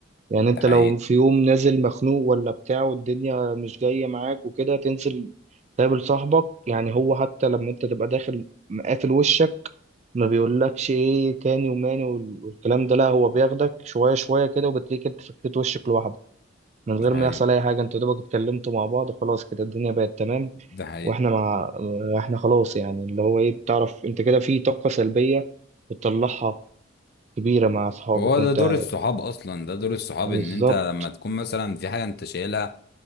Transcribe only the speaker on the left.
ده حقيقي
ده حقيقي
ده حقيقي
هو
ده دور الصحاب اصلا ده دور الصحاب
ان انت لما تكون مثلا في حاجة انت شايلها